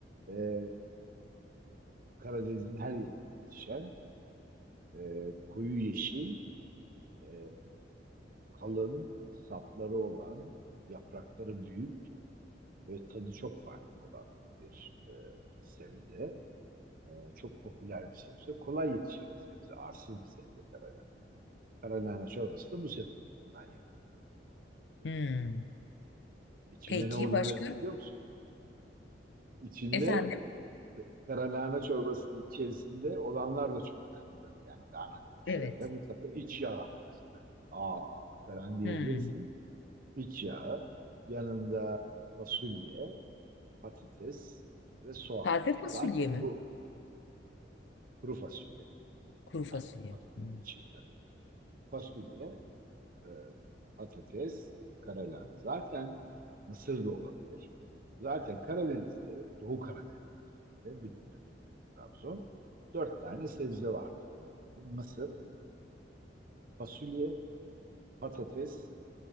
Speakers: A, on the right (about 50°); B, on the left (about 75°).
A: e, Karadeniz'in her yerinde yetişen e, koyu yeşil, e, kalın sapları olan, yaprakları büyük ve tadı çok farklı olan bir e, sebze. E, çok popüler bir sebze. Kolay yetişen bir sebze. Arsız bir sebze karalahana. Karalahana çorbası da bu sebze. Bundan yapılıyor.
B: Hmm.
A: İçinde
B: Peki
A: ne olduğunu
B: başka?
A: merak ediyor musun? İçinde
B: Efendim?
A: karalahana çorbasının içerisinde olanlar da çok önemli tabii. Yani lahana şöyle
B: Evet.
A: mutlaka iç yağ mesela. Aa falan diyebilirsin.
B: Hmm.
A: İç yağı. Yanında fasulye, patates ve soğan.
B: Taze fasulye
A: Zaten
B: mi?
A: bu kuru fasulye.
B: Kuru fasulye.
A: Yani fasulyenin
B: Hmm.
A: içi tabii. Fasulye, e, patates, karalahan. Zaten mısır da olabilir. Zaten Karadeniz'de, Doğu Karadeniz'de özellikle bildiğim memleket Trabzon. Dört tane sebze vardır. Mısır, fasulye, patates,